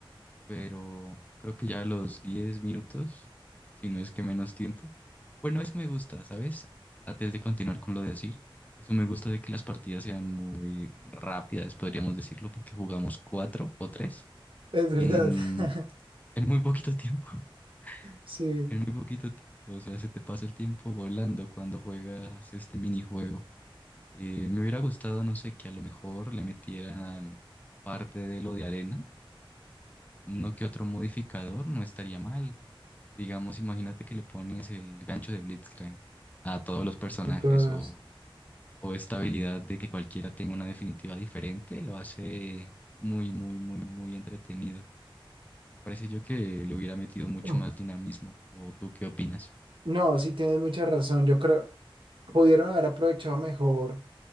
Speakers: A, on the left; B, on the right.
A: pero creo que ya a los 10 minutos, si no es que menos tiempo. Bueno, eso me gusta, ¿sabes? Antes de continuar con lo de decir, eso me gusta de que las partidas sean muy rápidas, podríamos decirlo, porque jugamos cuatro o tres
B: Es verdad.
A: en,
B: <laughs>
A: en muy poquito tiempo,
B: Sí.
A: <laughs> en muy poquito tiempo. O sea, se te pasa el tiempo volando cuando juegas este minijuego. Eh, me hubiera gustado, no sé, que a lo mejor le metieran parte de lo de arena, no que otro modificador, no estaría mal. Digamos, imagínate que le pones el gancho de Blitzcrank a todos los personajes
B: entonces,
A: o, o esta habilidad de que cualquiera tenga una definitiva diferente, lo hace muy, muy, muy, muy entretenido. Me parece yo que le hubiera metido mucho
B: mm.
A: más dinamismo. ¿O tú qué opinas?
B: No, sí tienes mucha razón. Yo creo pudieron haber aprovechado mejor